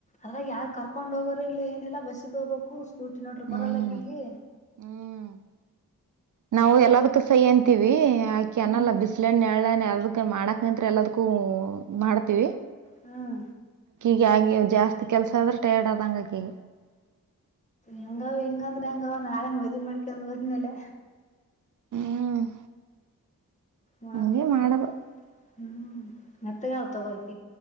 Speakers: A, on the left; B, on the right.
A: ಅದ ಯಾರ ಕರ್ಕೊಂಡ್ ಹೋಗೋರ್ ಇಲ್ಲಿ ಏನಿಲ್ಲಾ ಬಸ್ಸಿಗೆ ಹೋಗಬೇಕು. ಸ್ಕೂಟಿ ನೋಡ್ರಿ ಬರಲ್ಲ
B: ಹ್ಮ್
A: ಅಕಿಗೆ.
B: ಹ್ಮ್ ನಾವು ಎಲ್ಲದಕ್ಕ ಸಹಿ ಅಂತೀವಿ ಆಕಿ
A: ಹ್ಮ್
B: ಅನಲ್ಲ ಬಿಸ್ಲೆನು ನೆರಳೆನು ಎರಡು. ಮಾಡಕ್ ಅಂತ್ರು ಎಲ್ಲದಕ್ಕೂ ಮಾಡ್ತೀವಿ.
A: ಹ್ಮ
B: ಹಗೆ ಜಾಸ್ತಿ ಕೆಲಸ ಆದ್ರೆ ಟೈರ್ಡ್ ಆದ ಹಂಗಕಗೆ.
A: ಹೆಂಗವ ಹಿಂಗಂದ್ರೆ ಹೆಂಗ ಅವ ನಾಳೆ ಮದ ಮಾಡ್ಕೊಂಡ ಬಂದ್ಮೇಲೆ.
B: ಹ್ಮ್
A: ಮಾಡ್ಬೇಕು,
B: ಹಂಗೆ ಮಾಡದು
A: ಹ್ಮ್ ಮತ್ತಗಾವತ್ತು ಕೊಯಕ